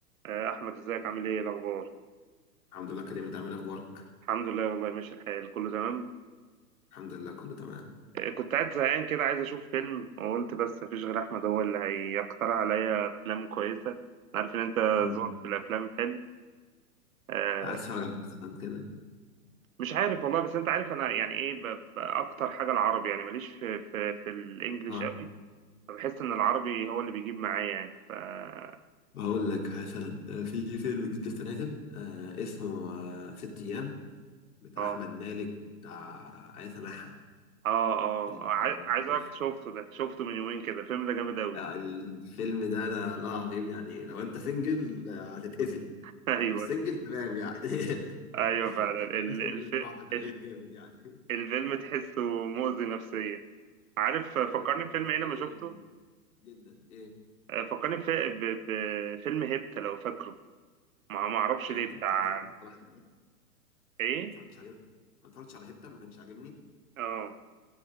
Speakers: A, on the right; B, on the left.
A: آه، احمد ازيك عامل ايه إيه الاخبار
B: الحمد لله كريم انت عامل ايه اخبارك
A: الحمد لله والله ماشي الحال كله تمام
B: الحمد لله كله تمام
A: آه، كنت قاعد زهقان كده عايز اشوف فيلم وقلت بس مفيش غير احمد هو اللي هيقترح عليا افلام كويسه أنا عارف ان انت
B: مم.
A: ذوقك في الافلام حلو آه،
B: عايز اتفرج على مثلا كده
A: مش عارف والله بس انت عارف انا يعني ايه ب- ب- اكتر حاجه العربي يعني ماليش في في في الانجليش
B: اه
A: قوي فبحس ان العربي هو اللي بيجيب معايا يعني ف اه
B: بقول لك مثلا آه، في فيلم جديد لسه نازل آه اسمه آه ست ايام بتاع
A: اه
B: احمد مالك وبتاع ايه سماحه
A: اه آه،
B: ال-
A: عاي- عايز اقولك شفته ده شفته من يومين كده الفيلم ده جامد قوي
B: آه، الفيلم ده انا لا العظيم يعني لو انت سنجل آه، هتتاذي
A: <laughs> ايوه
B: لو مش سنجل تمام يعني <laughs>
A: ايوه فعلا
B: انا سنجل
A: الفيلم
B: بصراحه فاتاذيت جامد يعني
A: الفيلم تحسه مؤذي نفسيا عارف
B: <laughs>
A: فكرني
B: عشان مريض
A: بفيلم
B: نفسيا
A: ايه لما شفته
B: جدا ايه
A: آه، فكرني في- ب- بفيلم هيبتا لو فاكره ما ما اعرفش
B: انا
A: ليه
B: طفت
A: بتاع
B: عليك الصراحه
A: ايه
B: ما اتفرجتش عليه ما اتفرجتش على هيبتا ما كانش عاجبني
A: اه